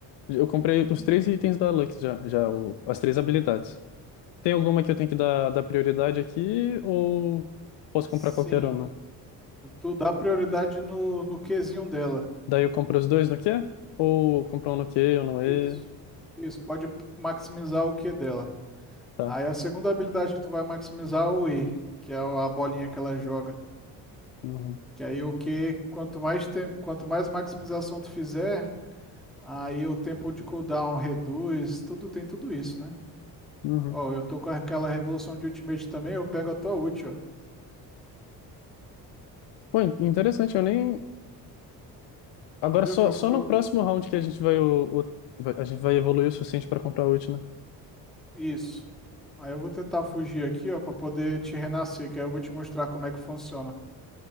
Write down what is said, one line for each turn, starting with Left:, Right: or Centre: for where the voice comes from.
Left: Eu comprei
Centre: Uhum.
Left: os três itens da Lux já, já o- as três habilidades. Tem alguma que eu tenho que dar, dar prioridade aqui ou posso
Centre: Sim.
Left: comprar qualquer uma?
Centre: Tu dá prioridade no, no Qzinho dela.
Left: Daí eu compro os dois no quê? Ou compro um no Q ou no
Centre: Isso.
Left: E?
Centre: Isso, pode maximizar o Q dela.
Left: Tá.
Centre: Aí a segunda habilidade que tu vai maximizar é o E, que é a bolinha que ela joga.
Left: Uhum.
Centre: Que aí o Q, quanto mais tempo, quanto mais maximização tu fizer, aí o tempo de cooldown reduz, tudo tem tudo isso, né?
Left: Uhum.
Centre: Ó, eu tô com aquela revolução de Ultimate também, eu pego a tua ult, ó.
Left: Pô, in- interessante, eu nem, Agora
Centre: Tu viu
Left: só,
Centre: que eu,
Left: só
Centre: que
Left: no
Centre: eu...
Left: próximo round que a gente vai, o, o- vai- a gente vai evoluir o suficiente para comprar ult, né?
Centre: Isso. Aí eu vou tentar fugir aqui, ó, pra poder te renascer, que aí eu vou te mostrar como é que funciona.